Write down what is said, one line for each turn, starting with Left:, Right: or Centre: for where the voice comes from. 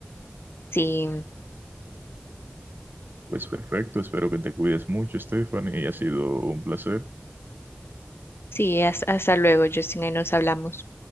Left: Sí,
Right: Pues perfecto, espero que te cuides mucho, Stephanie, y ha sido un placer.
Left: sí, has- hasta luego, Justin, ahí nos hablamos.